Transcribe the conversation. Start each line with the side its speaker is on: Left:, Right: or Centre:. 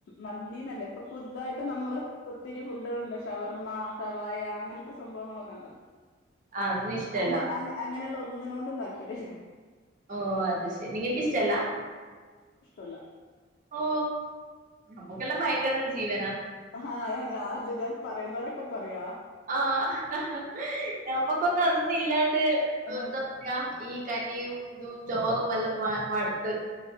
Left: മന്തിന്നല്ല ഇപ്പൊ പുതുതായിട്ട് നമ്മള് ഒത്തിരി ഫുഡുകളുണ്ട് ഷവർമ്മ ഷവായ അങ്ങനെ ഇങ്ങനത്തെ സംഭവങ്ങളൊക്കെ ഉണ്ടല്ലോ
Right: അതൊന്നും ഇഷ്ടല്ല
Left: അങ്ങ അങ്ങനെയുള്ള ഒന്നിനോണ്ടും താല്പര്യല്ല
Right: ഓ അത് ശരി നിങ്ങൾക്ക് ഇഷ്ട അല്ലാ?
Left: അല്ലാ
Right: ഓ നമ്മൾക്കെല്ലാം ഭയങ്കര ജീവനാ
Left: ആഹ ഞാനില്ല ഞാൻ പറയുന്നവരൊക്കെ പറയാ
Right: ആഹ നമ്മൾക്കൊന്നും അതൊന്നും ഇല്ലാണ്ട്
Left: ആഹ്
Right: എന്താ പറയാ ഈ കഞ്ഞിയും ഇതും ചോറും എല്ലാം മ മടുത്ത്